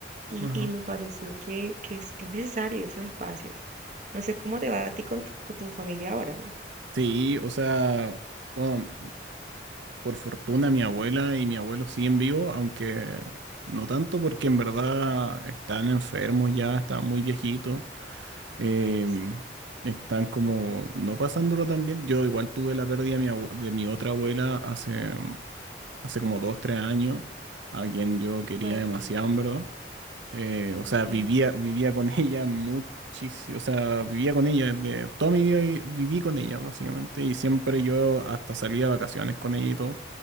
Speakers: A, on the right; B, on the right.
A: y,
B: ajá.
A: y me pareció que, que es, es necesario esos espacios. No sé cómo te va a ti con, tu- con tu familia ahora, ¿no?
B: Sí, o sea, bueno. Por fortuna, mi abuela y mi abuelo siguen vivos, aunque no tanto porque en verdad están enfermos ya, están muy viejitos, em,
A: Ay, lo siento.
B: están como no pasándolo tan bien. Yo igual tuve la pérdida de mi, abue- de mi otra abuela hace, hace como dos, tres años, a quien yo quería
A: Fuerte,
B: demasiado, en verdad. Eh, o sea,
A: lo siento.
B: vivía, vivía con <laughs> ella muchísimo. O sea, vivía con ella desde toda mi vida vi- viví con ella, básicamente. Y siempre yo hasta salía de vacaciones con ella y todo.